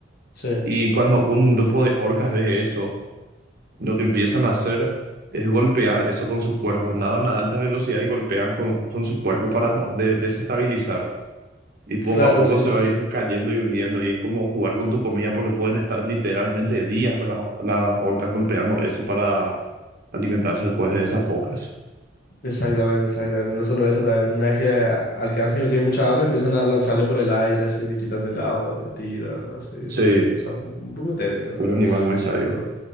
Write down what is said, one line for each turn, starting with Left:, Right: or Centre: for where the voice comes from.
Left: Sí.
Right: Y cuando un grupo de orcas ve eso, lo que empiezan a hacer es golpear eso con sus cuerpos. Nadan a alta velocidad y golpean con, con sus cuerpos para mo- de- desestabilizar. y poco
Left: Claro,
Right: a poco
Left: sí,
Right: se
Left: sí,
Right: va a
Left: sí.
Right: ir cayendo y hundiendo. Y es como jugar con tu comida porque pueden estar literalmente días las, las orcas golpeando eso para alimentarse después de esas focas.
Left: Exactamente, exactamente. No solo eso, también una vez que a- alcanza y no tiene mucha hambre, empiezan a lanzarle por el aire, así, le quitan el agua, le tiran, así.
Right: Sí,
Left: ¿no? O sea, un poco tétrico, la
Right: un
Left: ¿verdad?
Right: animal muy sabio.
Left: Pero,